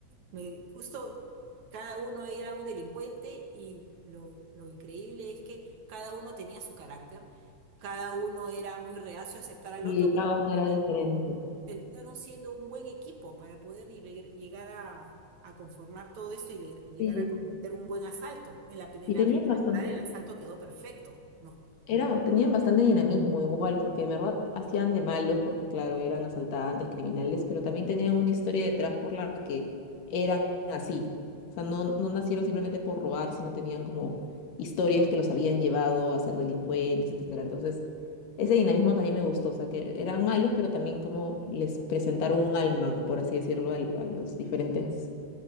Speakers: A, on the right; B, on the left.
A: me justo cada uno era un delincuente y lo, lo increíble es que cada uno tenía su carácter. Cada uno era muy reacio a aceptar al
B: Y
A: otro, pero
B: cada
A: al
B: uno
A: final
B: era diferente.
A: terminaron siendo un buen equipo para poder y le- llegar a, a conformar todo esto y le- llegar
B: Sí,
A: a cometer un buen asalto. En la, pri- en
B: y
A: la
B: tenían
A: primera
B: bastante.
A: temporada el asalto quedó perfecto, ¿no?
B: Era, tenían bastante dinamismo igual, porque de verdad hacían de malos, porque claro, eran asaltantes, criminales, pero también tenían una historia detrás por la que eran así. O sea, no, no nacieron simplemente por robar, sino tenían como historias que los habían llevado a ser delincuentes, etcétera. Entonces, ese dinamismo también me gustó, o sea, que eran malos, pero también como les presentaron un alma, por así decirlo, al- a los diferentes